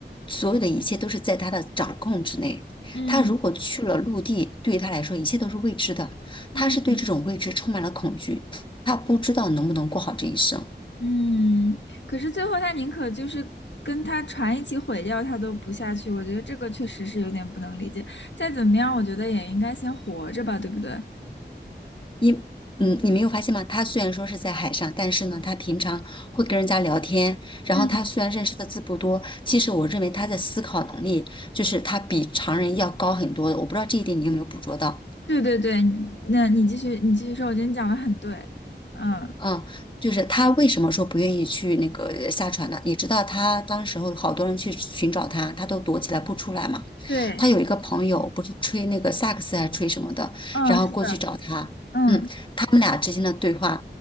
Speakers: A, on the left (about 25°); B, on the left (about 80°).
A: 所有的一切都是在他的掌控之内。
B: 嗯
A: 他如果去了陆地，对于他来说一切都是未知的，
B: 嗯
A: 他是对这种未知充满了恐惧，他不知道能不能过好这一生。
B: 嗯，可是最后他宁可就是跟他船一起毁掉，他都不下去，我觉得这个确实是有点不能理解。再怎么样，我觉得也应该先活着吧，对不对？
A: 因嗯，你没有发现吗？他虽然说是在海上，但是呢，他平常会跟人家聊天，然后他虽然认识的字不多，
B: 嗯，
A: 其实我认为他的思考能力就是他比常人要高很多的。我不知道这一点你有没有捕捉到？
B: 对对对，那你继续，你继续说，我觉得你讲的很对。嗯，
A: 嗯，就是他为什么说不愿意去那个下船呢？你知道他当时候好多人去寻找他，他都躲起来不出来嘛。
B: 对，
A: 他有一个朋友不是吹那个萨克斯还是吹什么的，
B: 嗯，
A: 然后过去找他，
B: 是的，嗯。
A: 嗯，他们俩之间的对话，